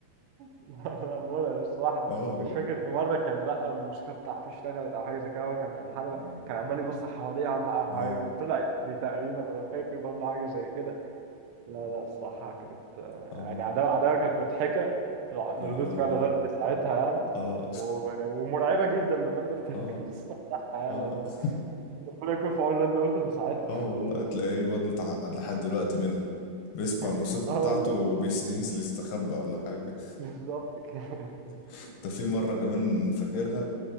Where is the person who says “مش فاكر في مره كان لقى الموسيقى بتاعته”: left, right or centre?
Right